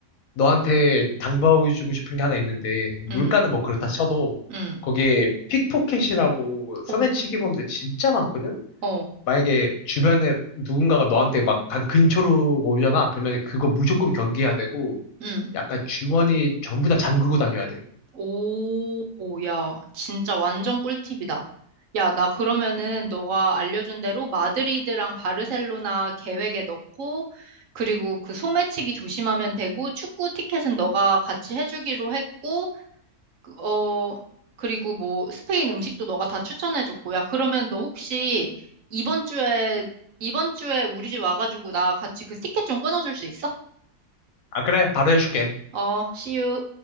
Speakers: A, on the left; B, on the right.
A: 너한테 당부해주고 싶은 게 하나 있는데, 물가는
B: 응,
A: 뭐 그렇다 쳐도,
B: 응.
A: 거기에 픽포켓이라고 소매치기
B: 어,
A: 범죄 진짜 많거든?
B: 어.
A: 만약에 주변에 누군가가 너한테 막 근처로 오잖아. 그러면 그거 무조건 경계해야 되고,
B: 응
A: 약간 주머니 전부 다 잠그고 다녀야 돼.
B: 오, 야, 진짜 완전 꿀팁이다. 야, 나 그러면은 너가 알려준 대로 마드리드랑 바르셀로나 계획에 넣고, 그리고 그 소매치기 조심하면 되고, 축구 티켓은 너가 같이 해주기로 했고, 그, 어, 그리고 뭐 스페인 음식도 너가 다 추천해줬고, 야, 그러면 너 혹시 이번 주에, 이번 주에 우리 집 와가지고 나 같이 그 티켓 좀 끊어줄 수 있어?
A: 아, 그래. 바로 해줄게.
B: 어, see you.